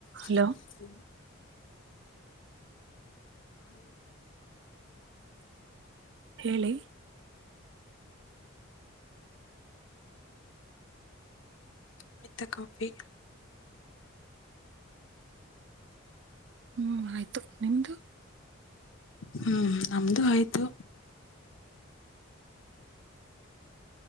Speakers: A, on the right; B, on the left.
A: Hello
B: ಯಲ ಹ ಹೂ
A: ಹೇಳಿ
B: ಮಿತ ಕಾಫಿ
A: ಹೂ ಆಯ್ತು ನಿಮ್ದು
B: ಹೂ ನಮ್ದು ಆಯ್ತು